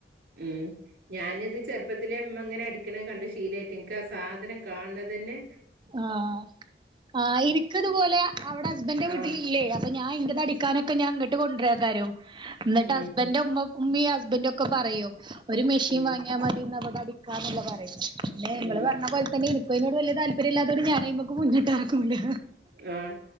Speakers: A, on the right; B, on the right.
A: മ്മ്ഹ്. ഞാനിത് ചെറുപ്പ പ്പത്തിലേമ്മങ്ങനെ അടിക്കണ കണ്ട് ശീലയിട്ട് എനിക്ക് ആ സാധനം കാണ് ന്നതന്നെ..
B: ആഹ് ആ. ഇനിക്ക്തുപോലെ അവിടെ ഹസ്ബന്റെ വീട്ടിൽ
A: ആ
B: ഇല്ല്യേ.. അപ്പ ഞാൻ ഇന്റെതടിക്കാനൊക്കെ ഞാൻ ഇങ്ങട്ട് കൊണ്ടറെകാരം. എന്നിട്ട്
A: ഉം
B: ഹസ്ബന്റെ ഉമ്മ.. ഉമ്മീ ഹസ്ബൻറ്ക്കെ പറയും ഒരു മെഷീൻ
A: ഉം
B: വാങ്ങിയാ മതിന്നവിടെ അടിക്കാന്നുള്ള പറയും.. ല്ല ഞങ്ങള്
A: ഉം
B: പർണ പോലെ തന്നെ ഇന്ക്കും ആയിനോട് വല്ല്യ താല്പര്യല്ലാതോണ്ട്. ഞാനയിമക് മുന്നിട്ടെറങ്ങുലാ..
A: ആഹ്